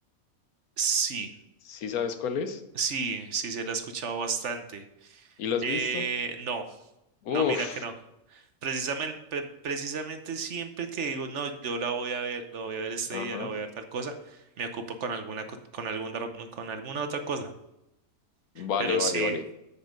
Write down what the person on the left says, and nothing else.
¿Sí sabes cuál es?
¿Y lo has
visto?
Uf,
ajá.
Vale,
vale, vale.